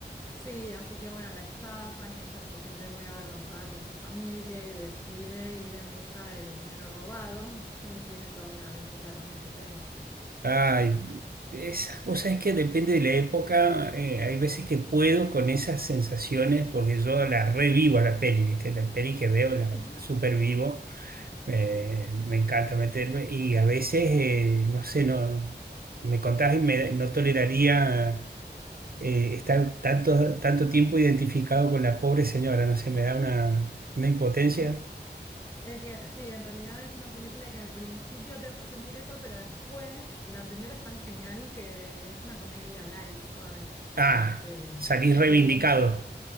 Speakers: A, on the left; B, on the right.
A: Sí, así que bueno, la estafan y ella se siente muy avergonzada con su familia y decide ir en busca del dinero robado <laughs> y tiene toda una aventura con ese tema.
B: Ay, esas cosas es que depende de la época. eh, hay veces que puedo con esas sensaciones porque yo la revivo a la peli, ¿viste? La peli que veo la,
A: <laughs>
B: la supervivo
A: Sí,
B: Eh,
A: sí.
B: me encanta meterme y a veces, eh, no sé, no, me contás y me, no toleraría eh, estar tanto, tanto tiempo identificado con la pobre señora, no sé, me da una, una impotencia.
A: Eh, Es que sí, en realidad es una película que al principio te hace sentir eso, pero después la señora es tan genial que es una comedia light, suave. Este,
B: Ah, salís
A: y
B: reivindicado.
A: ella,